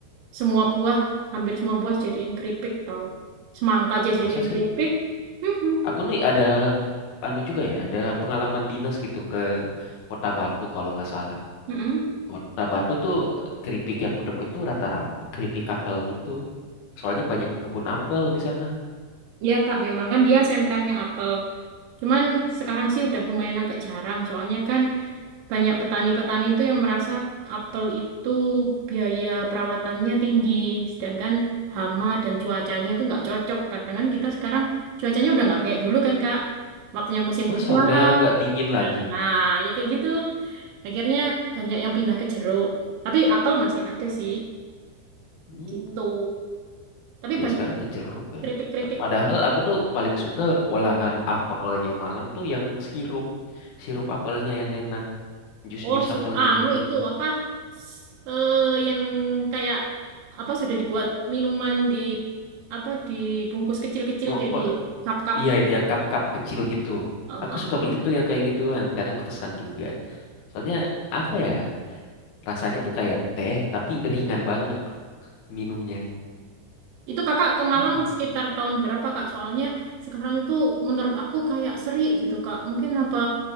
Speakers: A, on the right; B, on the left.
A: Semua buah, hampir semua buah jadiin keripik tau. Semangka jadi
B: masa
A: jadiin
B: sih?
A: keripik. <laughs>
B: Aku nih ada anu juga ya, ada pengalaman dinas gitu ke Kota Batu kalau nggak salah.
A: Mm-mm.
B: Kota Batu tuh keripik yang kutemuin tuh rata-rata keripik apel gitu. Soalnya banyak kebun apel di sana.
A: Iya Kak, memang kan dia sentranya apel. Cuman sekarang sih udah lumayan agak jarang, soalnya kan banyak petani-petani itu yang merasa apel itu biaya perawatannya tinggi, sedangkan hama dan cuacanya itu nggak cocok. Kadang kan kita sekarang cuacanya udah nggak kayak dulu kan Kak, waktunya musim
B: Masa
A: hujan.
B: udah nggak dingin lagi?
A: Nah, ya kayak gitu. Akhirnya banyak yang pindah ke jeruk. Tapi apel masih ada sih,
B: Hmm.
A: gitu. Tapi
B: Ya
A: banyak
B: sekarang ke jeruk ya.
A: kritik-kritik
B: Te- Padahal aku tuh paling suka olahan apelnya Malang tuh yang sirup. Sirup apelnya yang enak. Jus-jus
A: Oh, sudah
B: apelnya
A: anu
B: gitu.
A: itu apa eh yang kayak apa sudah dibuat minuman di apa dibungkus kecil-kecil
B: Mau
A: itu ya,
B: kok
A: di cup-cup
B: iya
A: kecil
B: yang
A: itu.
B: cup-cup kecil gitu.
A: Oh,
B: Aku
A: oh.
B: suka beli tuh yang kayak gituan. Kadang pesan juga. Soalnya apa ya? Rasanya tuh kayak teh tapi ringan banget minumnya.
A: Itu Kakak ke Malang
B: Oke.
A: sekitar tahun berapa Kak? Soalnya sekarang itu menurut aku kayak seri gitu Kak. Mungkin apa